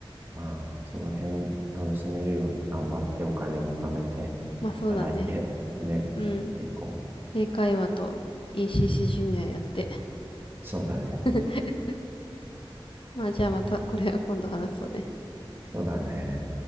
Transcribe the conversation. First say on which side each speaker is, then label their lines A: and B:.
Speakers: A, on the right; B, on the left.
A: まあ、その辺楽しめるように頑張ってお金も貯めて、
B: まあそうだね。
A: 働いて、ね、
B: うん。
A: やっていこう。
B: 英会話と ECC ジュニアやって。
A: そうだね。
B: <laughs> まあじゃあまたこれは今度話そうね。
A: そうだね。